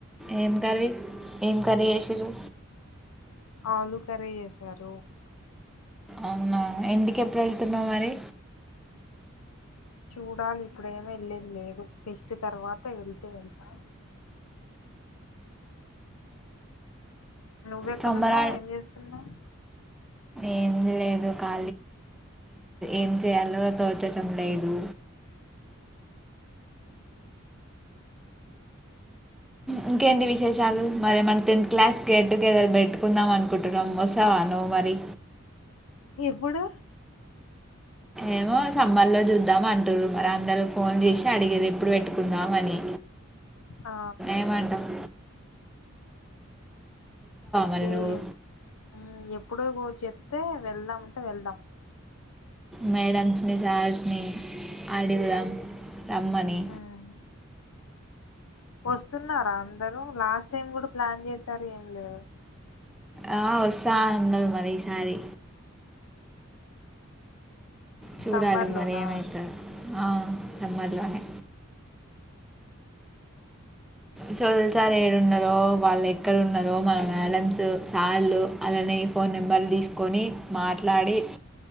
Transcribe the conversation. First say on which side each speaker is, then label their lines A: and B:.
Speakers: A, in the centre; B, on the left.
A: ఏం కర్రి ఏం కర్రి చేశిర్రు
B: ఆలు కర్రీ చేసారు
A: అవునా ఇంటికి ఎప్పుడు వెళ్తున్నావు మరి
B: చూడాలి ఇప్పుడేమేళ్ళేది లేదు ఫెస్ట్ తర్వాత వెళ్తే వెళ్తా నువ్వు ఎక్కడున్నావ్
A: సమ్మర్
B: ఏం చేస్తున్నావ్
A: ఏం లేదు కా ఎం చేయలో తోచటం లేదు ఇంకేంటి విశేషాలు మరి మన టెన్త్ క్లాస్ గేట్టుగెదర్ పెట్టుకుందాం అనుకుంటున్నాం వస్తవా నువ్వు మరి
B: ఎప్పుడూ
A: ఏమో సమ్మర్ లో చూద్దాం అను కుంటురు మరి అందరూ ఫోన్ చేసి అడిగిర్రు ఎప్పుడు పెట్టుకుందామని
B: ఆ
A: ఎమంటవ్
B: ఓకే
A: మరి నువ్వు
B: ఎప్ ఉమ్ ఎప్ ఎప్పుడో చెప్తే వెళ్దాం అంటే వెళ్దాం
A: మేడమ్స్ నీ సార్స్ నీ అడుగుదాం రమ్మనీ
B: ఉమ్. వస్తున్నారా అందరూ లాస్ట్ టైం కూడా ప్లాన్ చేసారు ఏం లేదు
A: ఆ వస్తా అన్నారు మరి ఈసారి చూడాలి
B: సమ్మర్
A: మరి
B: లోనా
A: ఏమయితదో అవును సమ్మర్లానె చోదల్ సార్ ఏడున్నారో వాళ్ళు ఎక్కడన్నారో మన మ్యాడమ్స్ సార్లు అలానే ఈ ఫోన్ నెంబర్లు తీసుకొని మాట్లాడి